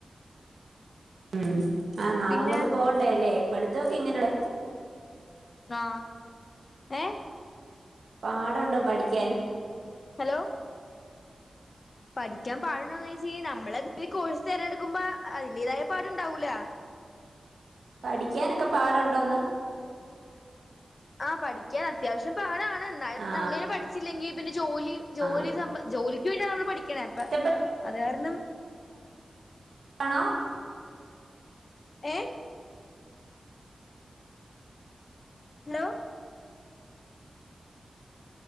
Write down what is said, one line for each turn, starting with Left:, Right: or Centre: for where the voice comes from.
Right: ഉം ആഹ് നാളെ
Left: പിന്നെ
Right: മുതൽ പോകണ്ടേ അല്ലേ പഠത്തൊക്കെ എങ്ങനെയ
Left: ആ ഏ
Right: പാടുണ്ടോ പഠിക്കാൻ
Left: ഹലോ പഠിക്കാൻ പാടണ്ടന്ന് വെച്ച ക നമ്മളെന്ത കോഴ്സ് തിരഞ്ഞെടുക്കുമ്പോ അതിന്റേതായ പാടുണ്ടാവൂല
Right: പഠിക്കാനൊക്കെ പാടുണ്ടോന്ന്
Left: ആ പഠിക്കാൻ അത്യാവശ്യം പടാണ്
Right: ആ
Left: നമ്മളെ പഠിച്ചില്ലെങ്കിൽ ജോലി ജോലി
Right: ആ
Left: സം ജോലിക്ക് വേണ്ടിയ ണ അപ്പ
Right: ഇഷ്ടപ്പെട്ട
Left: അത് കാരണം
Right: ആണോ
Left: ഏഹ ഹലോ